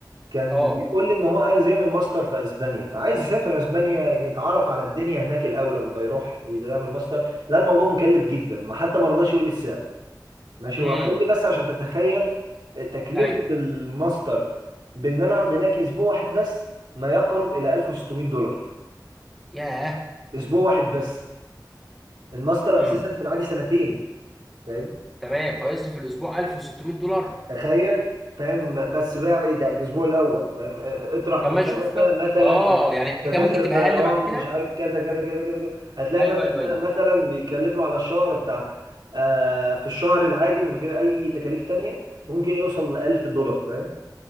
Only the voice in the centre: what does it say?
اه
امم
ايوه
ياه
امم
تمام فيصرف في الاسبوع 1600 دولار
طب
ما يشوف
اه يعني كان
ممكن
تبقى اقل بعد كده
ايوه
ايوه ايوه